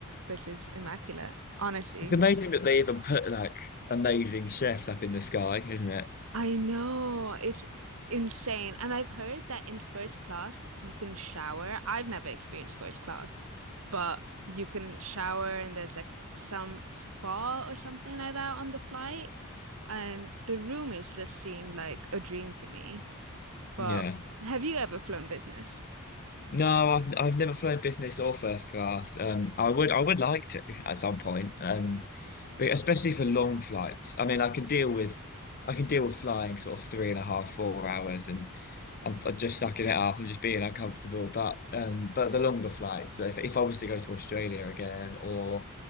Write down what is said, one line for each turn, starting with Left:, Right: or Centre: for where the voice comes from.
Right: this is immaculate, honestly.
Left: It's amazing that they even put like amazing chefs up in the sky, isn't it?
Right: I know, it's insane. And I've heard that in first class you can shower. I've never experienced first class. but you can shower and there's like some spa or something like that on the flight. And the rumors just seemed like a dream to me. But
Left: Yeah.
Right: have you ever flown business?
Left: No, I've I've never flown business or first class. Um, I would I would like to at some point. Um, but especially for long flights. I mean, I can deal with I can deal with flying sort of three and a half, four hours, and I'm, I'm just sucking it up. I'm just being uncomfortable. But um, but the longer flights. So if if I was to go to Australia again or